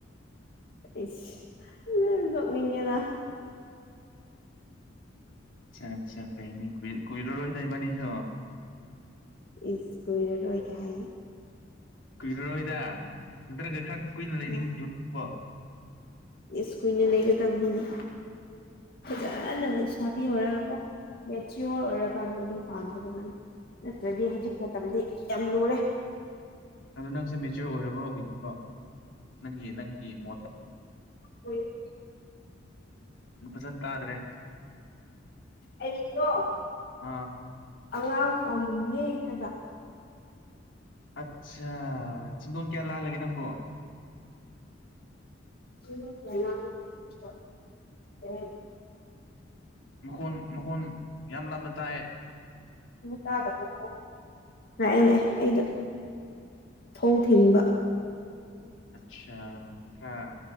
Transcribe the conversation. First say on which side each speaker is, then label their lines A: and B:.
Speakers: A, on the left; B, on the left.
A: ꯏꯁ ꯅꯣꯛꯅꯤꯡꯉꯦꯗ
B: ꯑꯆꯥ ꯆꯥ ꯐꯩꯅꯦ ꯀꯨꯏꯔꯔꯣꯏꯗ ꯏꯕꯅꯤꯁꯨ
A: ꯏꯁ ꯀꯨꯏꯔꯔꯣꯏꯒ ꯍꯥꯏꯅꯤ
B: ꯀꯨꯏꯔꯔꯣꯏꯗ ꯅꯠꯇ꯭ꯔꯒ ꯈꯥꯔ ꯀꯨꯏꯅ ꯂꯩꯅꯤꯡꯈꯤꯕꯕꯣ
A: ꯑꯥ ꯏꯁ ꯀꯨꯏꯅ ꯂꯩꯒꯗꯝꯅꯤꯅꯦ ꯐꯖꯅ ꯂꯩꯁꯥꯕꯤ ꯑꯣꯏꯔꯒꯀꯣ ꯃꯦꯆꯤꯌꯣꯔ ꯑꯣꯏꯔꯀꯥꯟꯗ ꯌꯨꯝ ꯄꯥꯡꯒꯗꯝꯅꯦ ꯅꯠꯇ꯭ꯔꯗꯤ ꯍꯧꯖꯤꯛ ꯃꯇꯝꯗꯤ ꯌꯥꯝ ꯂꯨꯔꯦ
B: ꯑꯗꯣ ꯅꯪꯁꯦ ꯃꯦꯆꯤꯌꯣꯔ ꯑꯣꯏꯔꯕ꯭ꯔꯥ ꯑꯣꯏꯗ꯭ꯔꯤꯕꯣ ꯅꯪꯒꯤ ꯅꯪꯒꯤ ꯃꯣꯠꯇ
A: ꯑꯣꯏ <unintelligible>
B: ꯃꯨꯛ ꯐꯖꯅ ꯇꯥꯗ꯭ꯔꯦ
A: ꯑꯩꯗꯣ
B: ꯑꯥ
A: ꯑꯉꯥꯡ ꯑꯣꯏꯅꯤꯡꯉꯦ ꯍꯥꯏꯕ
B: ꯑꯠꯁꯥ ꯆꯤꯟꯗꯣꯟ ꯀꯌꯥ ꯂꯥꯜꯂꯒꯦ ꯅꯪꯕꯨ
A: ꯆꯤꯡꯗꯣꯟ ꯀꯌꯥ ꯂꯥꯜꯂꯒꯦ ꯍꯥꯏꯕ ꯀꯩ ꯍꯥꯏꯅꯣ
B: ꯃꯈꯣꯟ ꯃꯈꯣꯟ ꯌꯥꯝ ꯂꯥꯞꯅ ꯇꯥꯏꯌꯦ
A: ꯑꯃꯨꯛ ꯇꯥꯗꯕ꯭ꯔꯥ ꯂꯥꯛꯑꯦ ꯂꯥꯛꯑꯦ ꯑꯩꯗꯨ ꯊꯣꯡ ꯊꯤꯡꯕ
B: ꯑꯠꯆꯥ ꯈ꯭ꯔꯥ